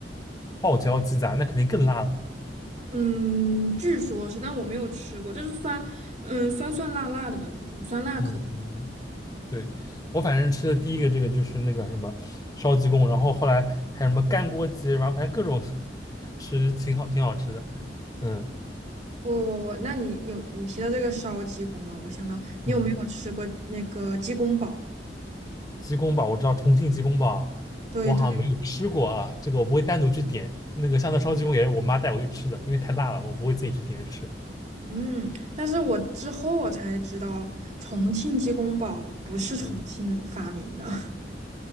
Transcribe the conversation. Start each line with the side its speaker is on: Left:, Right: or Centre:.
Left: 泡椒鸡杂那肯定更辣了。
Right: 嗯，据说是，但我没有吃过，就是酸，嗯，酸酸辣辣的吧那种，酸辣口。
Left: 嗯嗯，嗯对，我反正吃的第一个这个就是那个什么烧鸡公，然后后来还有什么干锅鸡，然后反正各种 <laughs> 吃挺好挺好吃的。嗯
Right: 我我我，那你有你提到这个烧鸡公啊，我想到你有没有吃过那个鸡公煲？
Left: 嗯。鸡公煲我知道重庆鸡公煲，
Right: 对对，
Left: 我好像没有吃过啊，这个我不会单独去点。那个香菜烧鸡公也是我妈带我去吃的，因为太辣了，我不会自己去点着吃。
Right: 嗯，但是我之后我才知道，重庆鸡公煲不是重庆发明的，
Left: 嗯，
Right: <laughs>